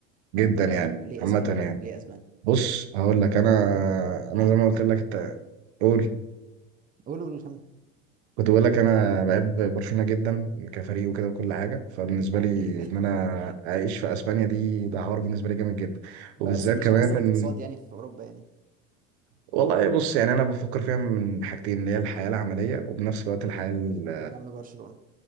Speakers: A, on the right (about 80°); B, on the right (about 25°).
A: جدا يعني
B: ليه
A: عامه
B: اسبانيا
A: يعني
B: ليه اسبانيا
A: بص هقول لك انا انا
B: ع-
A: زي ما قلت لك انت قول
B: قولوا قولوا كمان
A: كنت بقول لك انا بحب برشلونه جدا كفريق وكده وكل حاجه فبالنسبه
B: اكيد
A: لي ان انا اعيش في اسبانيا دي ده حوار بالنسبه لي جامد جدا
B: <laughs> بس
A: وبالذات
B: مش
A: مم. كمان
B: احسن اقتصاد
A: إن-
B: يعني في اوروبا يعني
A: والله بص يعني انا بفكر فيها من حاجتين اللي هي الحياه العمليه وبنفس الوقت الحياه ال-
B: جنب برشلونة